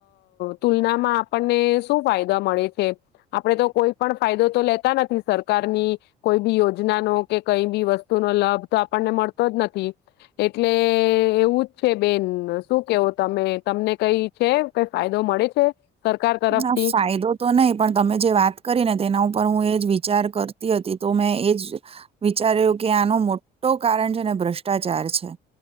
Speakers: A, on the left; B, on the right.
A: તુલનામાં આપણને શું ફાયદા મળે છે આપણે તો કોઈ પણ ફાયદો તો લેતા નથી સરકારની કોઈ બી યોજના ન કે કઈ એ વસ્તુ નો લાભ તો આપણને મળતો જ નથી એટલે એવું જ છે બેન શું કેવો તમે તમને કઈ છે કઈ ફાયદો મળે છે. સરકાર તરફથી
B: ના ફાયદો તો નહી પણ તમે જે વાત કરી ને તેના ઉપર હું એજ વિચ વિચાર કરતી હતી તો મેં એજ વિચાર્યું કે આનો મોટો કારણ છે ને ભ્રષ્ટાચાર છે